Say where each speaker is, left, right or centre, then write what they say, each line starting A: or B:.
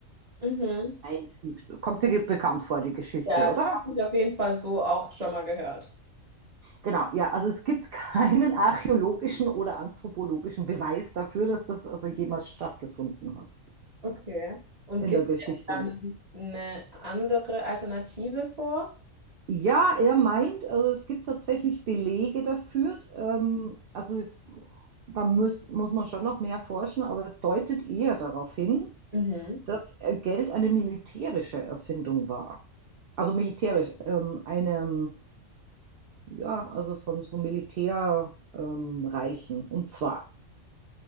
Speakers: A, on the right; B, on the right.
A: Mhm.
B: einfügt. Kommt dir bekannt vor, die Geschichte,
A: Ja,
B: oder?
A: das habe ich auf jeden Fall so auch schon mal gehört.
B: Genau, ja, also es gibt keinen archäologischen oder anthropologischen Beweis dafür, dass das also jemals stattgefunden hat
A: Okay. Und
B: in
A: gibt
B: der Geschichte.
A: es dann eine andere Alternative vor?
B: Ja, er meint, also es gibt tatsächlich Belege dafür. Ähm, also jetzt, da muss, muss man schon noch mehr forschen, aber es deutet eher darauf hin,
A: Mhm.
B: dass äh, Geld eine militärische Erfindung war. Also militärisch, ähm, eine Ja, also von so Militärreichen. ähm, Reichen. Und zwar